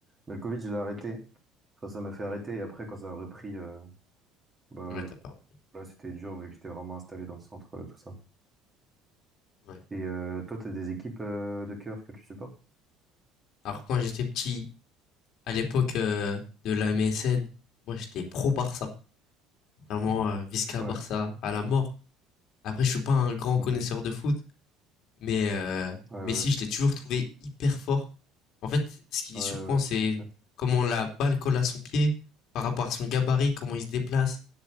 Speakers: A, on the right; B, on the left.
A: mais le Covid, je l'ai arrêté. Enfin, ça m'a fait arrêter et après, quand ça a repris, euh, bah,
B: Ouais, t'as pas repris.
A: Là, c'était dur vu que j'étais vraiment installé dans le centre, euh, tout ça.
B: Ouais.
A: Et euh, toi, t'as des équipes euh, de cœur que tu supportes?
B: Alors quand j'étais petit, à l'époque, heu, de la MSN, moi, j'étais pro Barça. Vraiment, heu, Visca
A: Ouais,
B: Barça à la mort. Après, je suis pas un grand
A: ok.
B: connaisseur de foot, mais euh,
A: Ouais,
B: mais si, je l'ai toujours trouvé hyper fort. En fait, ce qui
A: ouais,
B: surprend,
A: ouais,
B: c'est
A: ouais. ouais.
B: comment la balle colle à son pied, par rapport à son gabarit, comment il se déplace.